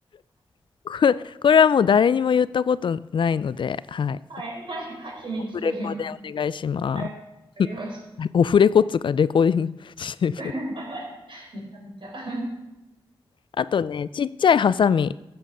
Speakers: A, on the left (about 60°); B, on the right (about 60°).
A: <laughs> これ、これはもう誰にも言ったことないので、はい。
B: い、はい、はい、秘密ということ。
A: オフレコでお願いしま
B: はい、わかりました。
A: す。<laughs> オフレコっつうか、レコーディングしてるけど。
B: <laughs> めちゃめちゃ。<laughs>
A: あとね、ちっちゃいハサミ、